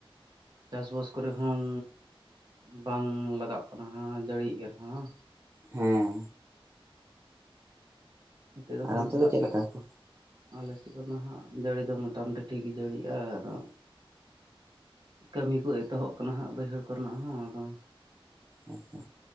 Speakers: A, on the right; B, on the right.
A: ᱪᱟᱥ-ᱵᱟᱥ ᱠᱚᱨᱮ ᱦᱚᱸ ᱵᱟᱝ ᱞᱟᱜᱟᱜ ᱠᱟᱱᱟ ᱫᱟᱹᱲᱤ ᱮ ᱨᱮᱦᱚᱸ
B: ᱦᱮᱸ
A: ᱱᱚᱛᱮ ᱫᱚ
B: ᱟᱨ
A: ᱦᱟᱸᱜ
B: ᱚᱱᱛᱮ
A: ᱫᱟᱜ
B: ᱪᱮᱫ
A: ᱜᱮ
B: ᱞᱮᱠᱟ ᱠᱚ
A: ᱟᱞᱮ ᱥᱮᱫ ᱠᱷᱚᱱ ᱫᱚ ᱦᱟᱸᱜ ᱡᱟᱹᱲᱤ ᱫᱚ ᱢᱳᱚᱴᱟᱢᱩᱴᱤ ᱴᱷᱤᱠ ᱡᱟᱹᱲᱤᱜᱼᱟ ᱟᱫᱚ᱾ ᱠᱟᱹᱢᱤ ᱠᱚ ᱮᱛᱚᱦᱚᱵ ᱠᱟᱱᱟ ᱦᱟᱸᱜ ᱵᱟᱹᱭᱦᱟᱹᱲ ᱠᱚᱨᱮᱱᱟᱜ ᱦᱚᱸ ᱟᱫᱚ᱾
B: ᱟᱪᱪᱷᱟ